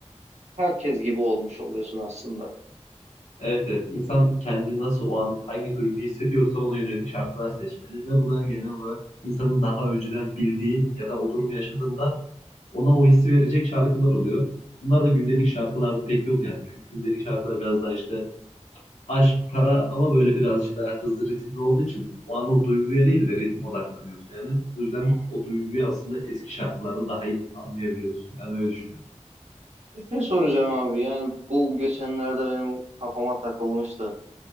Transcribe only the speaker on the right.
Herkes gibi olmuş oluyorsun aslında.
Hı
Bir şey soracağım abi yani bu geçenlerde benim kafama takılmıştı.